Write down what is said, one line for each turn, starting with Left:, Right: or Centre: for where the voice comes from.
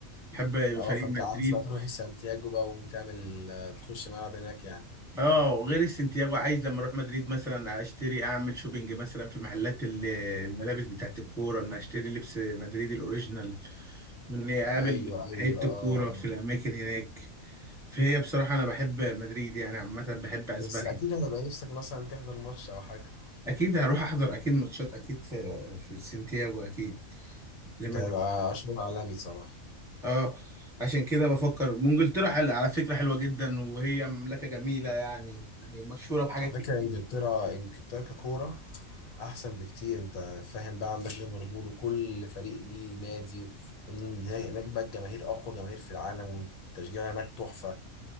Centre: بحب
Left: أه
Centre: فريق
Left: فأنت
Centre: مدريد
Left: عايز بقى تروح سانتياغو بقى وتعمل آه، تخش ملعب هناك يعني
Centre: اه غير السنتياجو عايز لما اروح مدريد مثلا اشتري اعمل شوبينج مثلا في محلات ال- الملابس بتاعت الكوره ان اشتري لبس مدريد الاوريجينال واني اقابل
Left: أيوه أيوه
Centre: لعيبه
Left: أه
Centre: الكوره في
Left: أه
Centre: الاماكن هناك فهي بصراحه انا بحب مدريد يعني عامه بحب اسبانيا
Left: بس أكيد هيبقى نفسك مثلا تحضر ماتش أو حاجة
Centre: اكيد هروح احضر اكيد ماتشات اكيد في في السنتياجو اكيد لما
Left: ده هيبقى شغل عالمي صراحة
Centre: اه عشان كده بفكر وانجلترا حل... على فكرة حلوة جدا وهي مملكة جميلة يعني يعني مشهورة بحاجات
Left: على فكرة
Centre: كتير
Left: إنجلترا إنجلترا ككورة أحسن بكتير أنت فاهم بقى عندك ليفربول وكل فريق ليه نادي وهناك بقى الجماهير أقوى جماهير في العالم والتشجيع هناك تحفة